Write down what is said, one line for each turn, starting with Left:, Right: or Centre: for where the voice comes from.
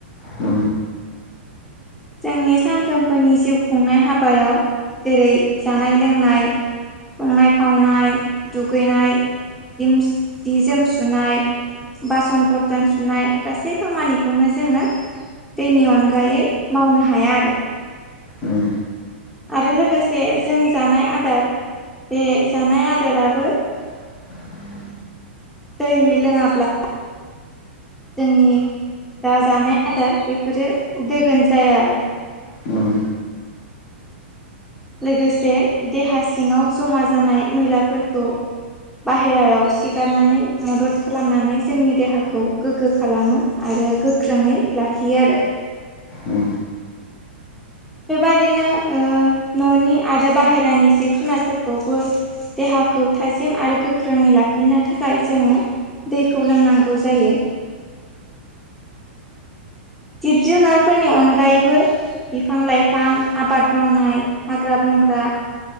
Left: औ
Centre: जोंनि सानफ्रोमबोनि जिउ खुंनाय हाबायाव जेरै जानाय लोंनाय संनाय खावनाय दुगैनाय जि जि जोम सुनाय बासन बथन सु सुनाय गासै खामानिखौनो जोङो दैनि अनगायै मावनो हाया आरो
Left: उम
Centre: आरो लोगोसे जों जानाय आदार बे जानाय आदाराबो
Left: <inaudible>
Centre: दै लोङाब्ला जोंनि जा जानाय आदार बेफोरो दोगोन जाया आरो
Left: उम
Centre: लोगोसे देहा सिङाव जमा जानाय मैलाफोरखौ बाहेरायाव सिगारनानै मदद खालामनानै जोंनि देहाखौ गोग्गो खालामो आरो गोख्रोङै लाखियो आरो
Left: उम
Centre: बेबायदिनो ओ न'नि आरो बाहेरानि जिब जुनारफोरखौबो देहाखौ थाजिम आरो गोख्रोङै लाखिनो थाखाय जोङो दैखौ लोंनांगौ जायो जिब जुनारफोरनि अनगायैबो बिफां लाइफां आबाद मावनाय हाग्रा बंग्रा